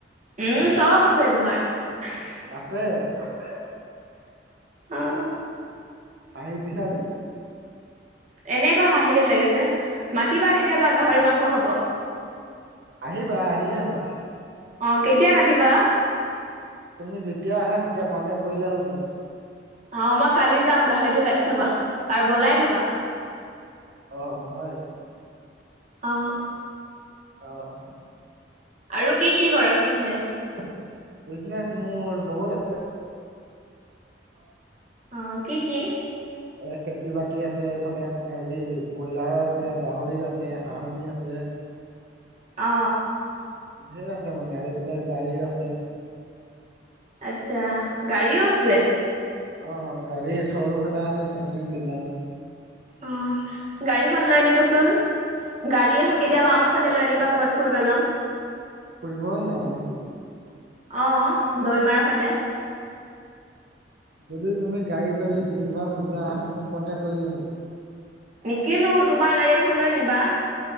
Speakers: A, on the right; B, on the right.
A: উম! চব আছে তোমাৰ। <unintelligible>
B: আছে। <inaudible>
A: আছে। অঁ <inaudible>
B: হাঁহি দিছা যে? <unintelligible>
A: এনেই ক হাঁহি ওলাই গৈছে। মাতিবা কেতিয়াবা
B: অ
A: গাহৰি মাংস খাব? <inaudible>
B: আহিবা আহিলেই
A: <unintelligible>
B: হ'ল
A: অঁ! কেতিয়া কাটিবা?
B: তুমি যেতিয়াও আহা তেতিয়া কণ্টেক্ কৰিলে হ'ল মোক। <unintelligible>
A: অঁ! মই কালি যাম গাহৰিটো কাটি থবা আৰু বনাই থবা। <inaudible>
B: অ! হয়। <unintelligible>
A: অঁ! <inaudible>
B: অ <inaudible>
A: আৰু কি কি কৰা বিজনেছ? <unintelligible>
B: বিজনেছ মোৰ বহুত <unintelligible>
A: <unintelligible> অঁ! কি কি?
B: এই <inaudible> খেতি-বাতি আছে এইফালে হেৰি ব্ৰইলাৰ আছে, গাহৰি আছে, হাঁহনি আছে <unintelligible> <inaudible>
A: অ
B: ধেৰ আছে মানে আৰু ইফালে গাড়ীৰ আছে
A: আচ্ছা গাড়ীও আছে
B: অ গাড়ীৰ শ্ব'ৰুম এটা আছে ছেকেণ্ড হেণ্ড ডিলাৰ
A: অ গাড়ীখন লৈ আনিবাচোন গাড়ী এখন কেতিয়াবা আমাৰ ফালে লৈ আনিবা ক'ৰবাত ফুৰিব যাম
B: ফুৰিবই যাবা নেকি
A: অ অ দৈ মাৰ ফালে
B: যদি তুমি গাড়ী যদি কিনিবা খোজা মোক কণ্টেক কৰিলে হল
A: নিকিনো তোমাৰ গাড়ী এখন লৈ আনিবা